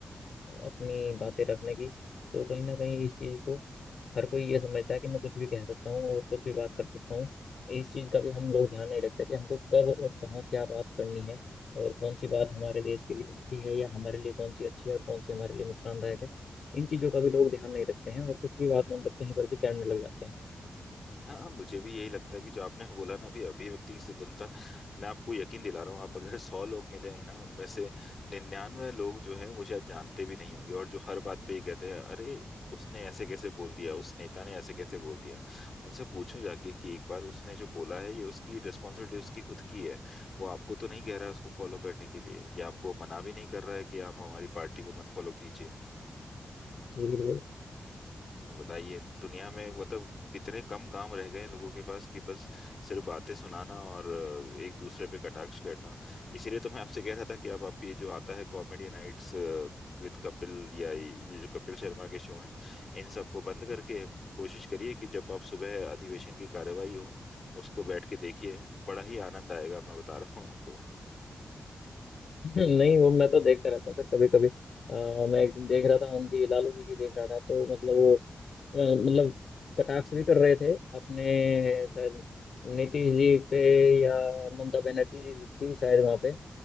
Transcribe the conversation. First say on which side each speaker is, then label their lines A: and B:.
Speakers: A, on the left (about 70°); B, on the left (about 45°).
A: अपनी बातें रखने की तो कहीं ना कहीं इस चीज़ को हर कोई ये समझता है कि मैं कुछ भी कह सकता हूँ और कुछ भी बात कर सकता हूँ इस चीज़ का भी हम लोग ध्यान नहीं रखते कि हमको कब और कहाँ क्या बात करनी है और कौन सी बात हमारे देश के लिए अच्छी है या हमारे लिए कौन सी अच्छी है और कौन सी हमारे लिए नुकसानदायक है इन चीज़ों का भी लोग ध्यान नहीं रखते हैं और कुछ भी बात मतलब कहीं पर भी करने लग जाते हैं
B: हाँ हाँ, मुझे भी यही लगता है कि जो आपने <laughs> बोला ना अभी अभिव्यक्ति की स्वतंत्रता मैं आपको यकीन दिला रहा हूँ आप अगर सौ लोग मिले हैं ना उनमें से निन्यानवे लोग जो हैं वो शायद जानते भी नहीं होंगे और जो हर बात पे ये कहते हैं अरे उसने ऐसे कैसे बोल दिया उस नेता ने ऐसे कैसे बोल दिया उनसे पूछो जाके कि एक बार उसने जो बोला है ये उसकी रिस्पॉन्सिबिलिटी उसकी खुद की है वो आपको तो नहीं कह रहा है उसको फॉलो करने के लिए या आपको मना भी नहीं कर रहा है कि आप हमारी पार्टी को मत फॉलो कीजिए
A: जी बिल्कुल
B: बताइए दुनिया में मतलब कितने कम काम रह गए हैं लोगों के पास कि बस सिर्फ बातें सुनाना और अ, एक दूसरे पे कटाक्ष करना इसीलिए तो मैं आपसे कह रहा था कि आप आप ये जो आता है कॉमेडी नाइट्स विद कपिल या ये जो कपिल शर्मा के शो हैं इन सबको बंद करके कोशिश करिए कि जब आप सुबह अधिवेशन की कार्यवाही हो उसको बैठ के देखिए बड़ा ही आनंद आएगा मैं बता रहा हूँ आपको
A: नहीं वो मैं तो देखता रहता हूँ सर कभी कभी मैं एक दिन देख रहा था उनकी लालू जी की देख रहा था तो मतलब वो अ, मतलब कटाक्ष भी कर रहे थे अपने शायद नीतीश जी पे या ममता बनर्जी जी थी शायद वहाँ पे